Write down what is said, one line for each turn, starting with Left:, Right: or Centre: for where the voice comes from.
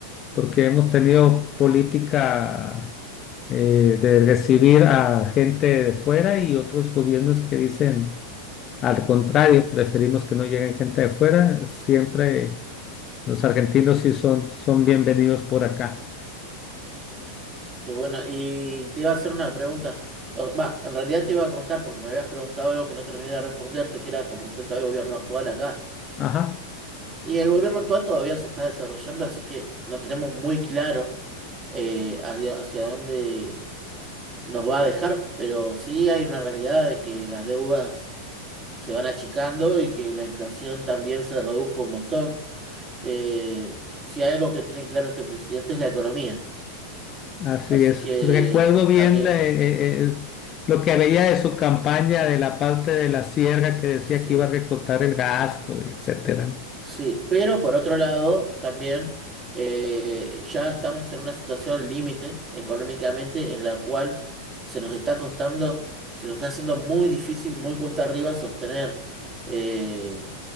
Left: Porque hemos tenido política eh, de recibir a gente de fuera y otros gobiernos que dicen al contrario, preferimos que no lleguen gente de fuera. Siempre los argentinos sí son, son bienvenidos por acá.
Right: Qué bueno, y te iba a hacer una pregunta, O- va, en realidad te iba a contar porque me habías preguntado algo que no terminé de responderte, que era con respecto al gobierno actual acá.
Left: Ajá.
Right: Y el gobierno actual todavía se está desarrollando, así que no tenemos muy claro eh, hacia hacia dónde nos va a dejar, pero sí hay una realidad de que las deudas se van achicando y que la inflación también se redujo un montón. Eh, si hay algo que tiene claro este presidente es la economía.
Left: Así
Right: Así
Left: es.
Right: que
Left: Recuerdo bien
Right: a, ni-
Left: la- eh, eh, eh, lo que veía de su campaña de la parte de la sierra que decía
Right: sí.
Left: que iba a recortar el gasto, etcétera. ¿no?
Right: Sí, pero por otro lado, también eh, ya estamos en una situación límite económicamente en la cual se nos está costando, se nos está haciendo muy difícil, muy cuesta arriba sostener eh,